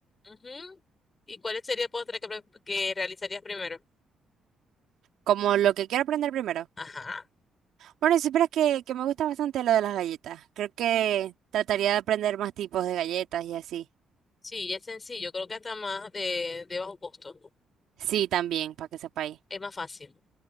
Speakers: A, on the left; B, on the right.
A: Ujú. ¿Y cuál sería el postre que, pre- que realizarías primero?
B: Como lo que quiero aprender primero.
A: Ajá.
B: Bueno, si supieras que, que me gusta bastante lo de las galletas. Creo que trataría de aprender más tipos de galletas y así.
A: Sí, es sencillo, creo que hasta más de, de bajo costo.
B: Sí, también, para que sepáis.
A: Es más fácil.